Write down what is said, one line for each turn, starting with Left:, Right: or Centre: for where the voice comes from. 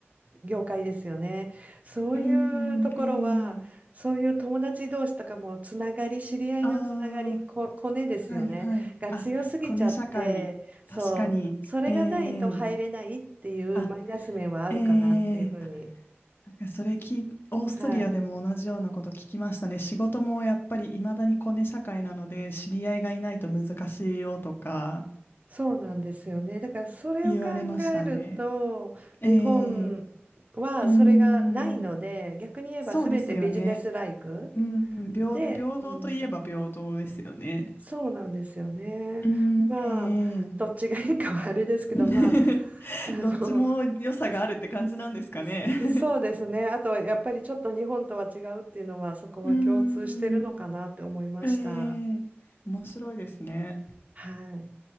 Right: 業界ですよね。そういうところは、
Left: うん、ええ、
Right: そういう友達同士とかもつながり、知り合いのつながり、
Left: あ
Right: こ、コネですよね。
Left: あ、はいはい。
Right: が強すぎちゃって、
Left: あ、コネ社会、
Right: そう、
Left: 確かに。
Right: それがないと入れないっていうマイナス面はあるかなっていうふうに。
Left: ええ、あ、ええなんかそれ聞い、オーストリアでも同じようなこと聞きましたね。
Right: はい。
Left: 仕事もやっぱり未だにコネ社会なので、知り合いがいないと難しいよとか
Right: そうなんですよね。だからそれを考えると、
Left: 言われましたね。ええう
Right: 日本はそれがないので、
Left: ーん、
Right: 逆に言えば全てビジネスライク
Left: そうですよね。うん、平、
Right: で、
Left: 平等といえば平等ですよね。
Right: うんそうなんですよね。
Left: うん、
Right: まあ、
Left: ええ
Right: どっちがいいかはあれですけど、
Left: <laughs>
Right: まあ、あの、
Left: どっちも良さがあるって感じなんですかね。
Right: <laughs> そそうですね。あと、やっぱりちょっと日本とは違うっていうのは、
Left: <laughs>
Right: そこは共通してるのかなって思いました。
Left: うーん、ええ面白いですね。
Right: はい。